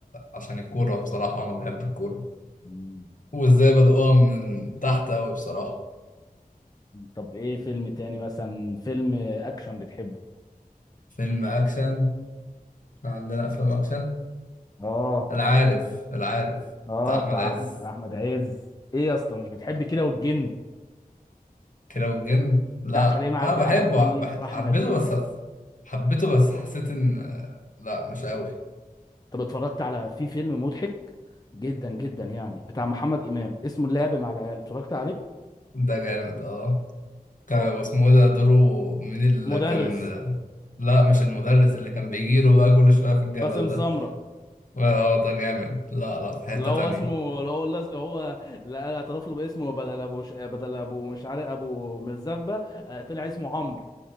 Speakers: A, on the left; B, on the left.
A: عشان الكورة بصراحة وأنا بحب الكورة
B: أمم.
A: وإزاي بدأوها من تحت أوي بصراحة
B: طب ايه فيلم تاني مثلا فيلم اكشن بتحبه
A: فيلم أكشن إحنا عندنا أفلام أكشن
B: اه
A: العارف العارف
B: اه
A: بتاع أحمد
B: بتاع
A: عز
B: احمد أحمد عز ايه يا اسطى مش بتحب كده والجن
A: كيرة والجن لا
B: بتاع كريم عبد
A: أنا بحبه
B: العزيز
A: بح...
B: واحمد
A: حبيته
B: عز
A: بس حبيته بس حسيت إن لا مش أوي
B: طب اتفرجت على في فيلم مضحك جدا جدا يعني بتاع محمد امام اسمه اللعب مع العيال اتفرجت عليه
A: ده جامد اه كان
B: هو
A: واسمه إيه ده دوره من اللي
B: مدرس
A: كان لا مش المدرس اللي كان بيجيله بقى كل شوية في الجبل
B: باسم
A: ده
B: سمرة
A: اه ده جامد لا لا في حتة
B: اللي هو
A: تانية
B: اسمه اللي هو اللز... هو اللي اعترف له باسمه بدل ابو ش... بدل ابو مش عارف ابو مزبه آه، طلع اسمه عمرو